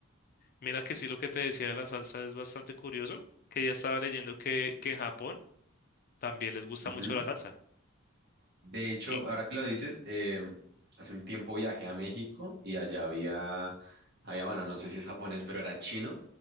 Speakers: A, on the left; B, on the right.
A: Mira que sí, lo que te decía de la salsa es bastante curioso, que ya estaba leyendo que, que en Japón también les gusta
B: Ujú.
A: mucho la salsa.
B: De hecho,
A: ¿En
B: ahora que lo dices, eh, hace un tiempo viajé a México y allá había, había, bueno, no sé si es japonés, pero era chino,